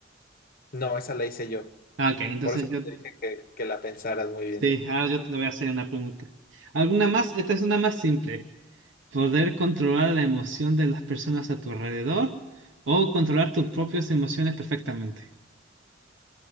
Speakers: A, on the left; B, on the right.
A: No, esa la hice yo.
B: Ah, ok, entonces
A: Por eso
B: yo
A: te dije que, que la pensaras muy
B: Sí,
A: bien.
B: ahora yo te voy a hacer una pregunta. ¿Alguna más? Esta es una más simple. ¿Poder controlar la emoción de las personas a tu alrededor o controlar tus propias emociones perfectamente?